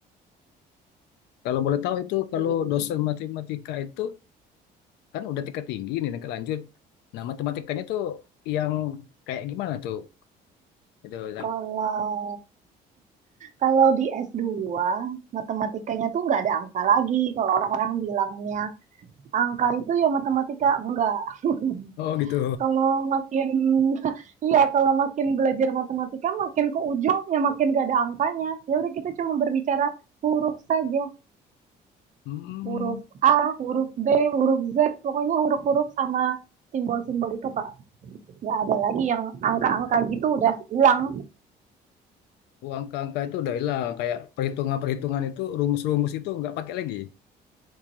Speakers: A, on the left; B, on the right.
A: Kalau boleh tahu itu
B: Masih.
A: kalau dosen matematika itu kan udah tingkat tinggi nih tingkat lanjut. Nah, matematikanya tuh yang kayak gimana tuh? Gitu. Zak.
B: Kalau Kalau di S2, matematikanya tuh nggak ada angka lagi. Kalau orang-orang bilangnya angka itu ya matematika, enggak. <laughs>
A: Oh, gitu.
B: Kalau makin, <laughs> iya kalau makin belajar matematika, makin ke ujung ya makin nggak ada angkanya. Ya udah kita cuma berbicara huruf saja.
A: Hmm.
B: Huruf A, huruf B, huruf Z, pokoknya huruf-huruf sama simbol-simbol itu, Kak. Nggak ada lagi yang angka-angka gitu udah hilang.
A: Oh, angka-angka itu udah hilang kayak perhitungan-perhitungan itu rumus-rumus itu nggak pakai lagi.